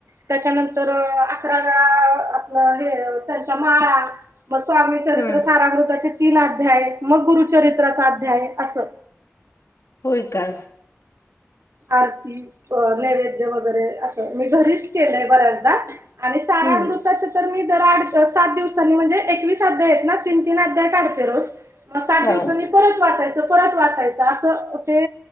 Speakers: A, on the right; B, on the left.
A: त्याच्यानंतर अकरा वेळा आपलं हे त्यांचा माळा मग स्वामी चरित्र
B: हम्म
A: सारामृताचे तीन अध्याय, मग गुरुचरित्राचा अध्याय, असं.
B: होय का?
A: आरती, नैवेद्य वगैरे असं मी घरीच केलंय बऱ्याचदा आणि
B: हम्म.
A: तसं तर मी जरा सात दिवसांनी म्हणजे, एकवीस अध्याय आहेत ना, तीन-तीन अध्याय काढते रोज मग साठ
B: हा
A: दिवसांनी परत वाचायचं, परत वाचायचं, असं ते